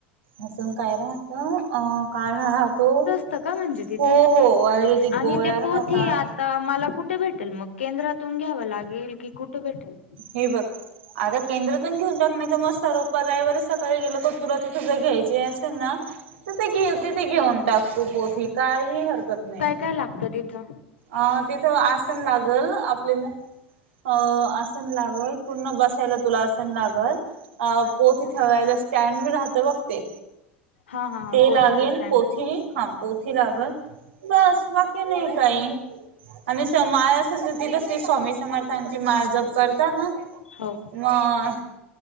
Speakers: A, on the right; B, on the left.
A: अजून काय राहतो अ काळ राहतो.
B: संगळ म्हणजे तिथे
A: हो हो आयुर्वेदिक
B: आणि
A: गोळ्या
B: ते
A: राहता
B: पोथी. आता मला कुठे भेटेल मगं केंद्रांतून घ्यावं लागेल की कुठे भेटेल.
A: हे बंघ. आता केंद्रातून घेऊन टाकयचा मस्त रोप रवीवारी सकाळीं गेलं का तुला तीथू नजं घ्यायचं. जे असेलना तर ते घेऊन ते टाकतो पोथी कांहीं हरकत नाहीं.
B: कायं लागतं तिथं.
A: अ तिथं आसनं लागलं आपल्याला आं लागलं पूर्णा बसायला तुलान आसणं लागलं पोथी ठेवाय. स्टँड पण राहत बघते
B: हा हा
A: ते
B: पोथीच
A: लागेल
B: स्टँड
A: पोथी हां. पोथी लागलं बसं बाकी नाहीं कांहीं. आणि स माळ असं दिलं ते स्वामी समर्थांची माळजंप करतांना.
B: हो
A: मगं